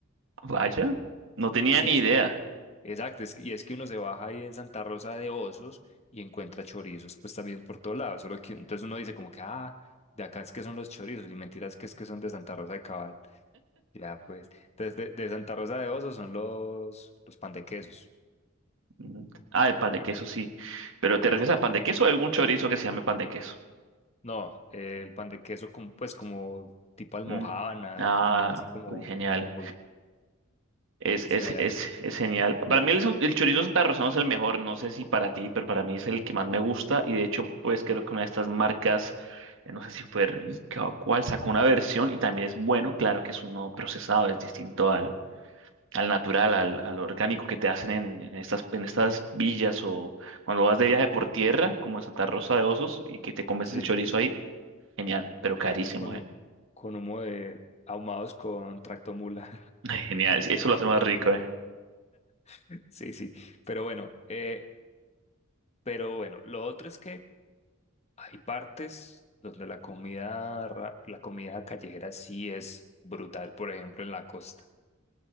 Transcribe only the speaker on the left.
Sí,
sí,
exacto. es que- y es que uno se baja ahí en Santa Rosa de Osos y encuentra chorizos, pues también por todos lados. Solo que entonces uno dice como que, ah, de acá es que son los chorizos, y mentiras que es que son de Santa Rosa de Cabal. Ya, pues. Entonces, de, de Santa Rosa de Osos son los, los pan de quesos.
No, eh, el pan de queso como, pues como tipo almojábana,
como así como,
como
si
hay
sí,
con,
hu- con humo de ahumados con tractomula.
<laughs> Sí, sí, pero bueno, eh, pero bueno, lo otro es que hay partes donde la comida, ra- la comida callejera sí es brutal, por ejemplo, en la costa.